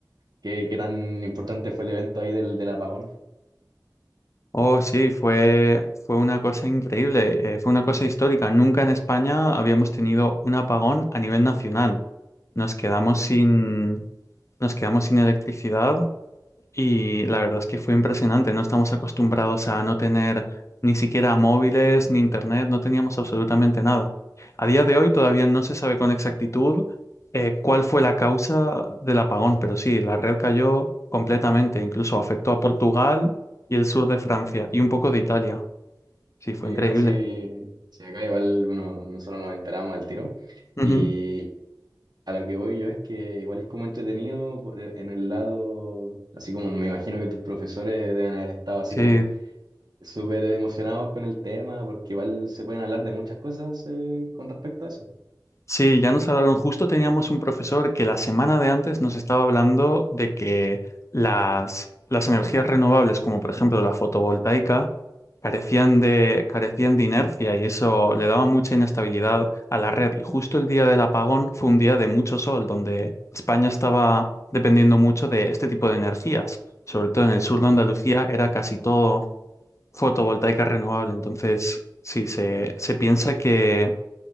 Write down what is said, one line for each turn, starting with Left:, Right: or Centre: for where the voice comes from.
Right: qué, qué tan importante fue el evento ahí del, del apagón.
Left: Oh, sí, fue, fue una cosa increíble, eh, fue una cosa histórica. Nunca en España habíamos tenido un apagón a nivel nacional. Nos quedamos sin, nos quedamos sin electricidad Y la verdad es que fue impresionante. No estamos acostumbrados a no tener ni siquiera móviles ni internet, no teníamos absolutamente nada. A día de hoy todavía no se sabe con exactitud eh, cuál fue la causa del apagón, pero sí, la red cayó completamente, incluso afectó a Portugal y el sur de Francia y un poco de Italia. Sí, fue
Right: Sí,
Left: increíble.
Right: no, sí, sí, acá igual, bueno, nosotros nos enteramos al tiro.
Left: Ujú.
Right: Y a lo que voy yo es que igual es como entretenido por- en el lado, así como me imagino que tus profesores deben haber estado así
Left: Sí,
Right: como súper emocionados con el tema, porque igual se pueden hablar de muchas cosas eh, con respecto a eso.
Left: Sí, ya nos hablaron. Justo teníamos un profesor que la semana de antes nos estaba hablando de que las, las energías renovables, como por ejemplo la fotovoltaica, carecían de, carecían de inercia y eso le daba mucha inestabilidad a la red. Y justo el día del apagón fue un día de mucho sol, donde España estaba dependiendo mucho de este tipo de energías. Sobre todo en el sur
Right: Mm.
Left: de Andalucía era casi todo fotovoltaica renovable. Entonces, sí, se, se piensa que,